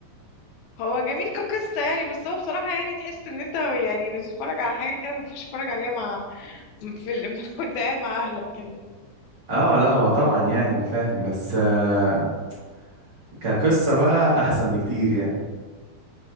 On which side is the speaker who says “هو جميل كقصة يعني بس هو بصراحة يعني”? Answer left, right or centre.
Left